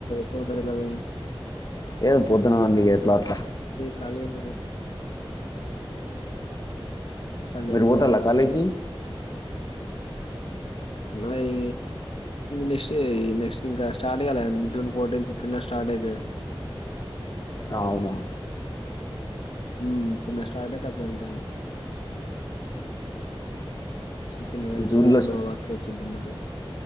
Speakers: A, on the left (about 75°); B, on the left (about 40°).
A: <unintelligible>
B: ఏదో పోతున్నాం అండి ఎట్లా అట్లా
A: కాలే ఎన్ని <unintelligible> లే
B: మీరు
A: పోవాల్సి
B: పోతారా
A: వస్తుంది
B: కాలేజ్కి
A: నాయి నెక్స్ట్ ఇ నెక్స్ట్ ఇంకా స్టార్ట్ కాలేండి జూన్ ఫోర్టీన్ ఫిఫ్టీన్ లో స్టార్ట్ అయితు
B: అవునా
A: హ్మ్ చిన్న స్టార్ట్ అయితే అప్పుడు ఎల్తాను చిన్నగెళ్తే
B: జూన్లో
A: అప్పుడు వర్క్ అయిపోద్దన్నది.